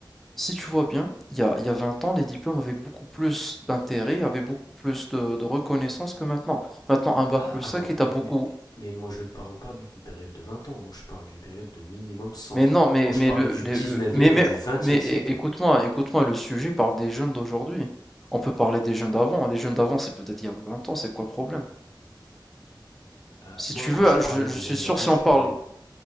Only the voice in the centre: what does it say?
Si tu vois bien, il y a, il y a 20 ans, les diplômes avaient beaucoup plus d'intérêt, avaient beaucoup plus de, de reconnaissance que maintenant. Maintenant, un bac
plus 5,
est
à beaucoup.
Mais non,
mais,
mais
le,
le,
le- mais, mais,
mais é-
écoute-moi, écoute-moi, le sujet parle des jeunes d'aujourd'hui. On peut parler des jeunes d'avant. Les jeunes d'avant, c'est peut-être il y a vingt ans, c'est quoi le problème?
Si
tu
veux,
je, je
suis
sûr,
si
on parle,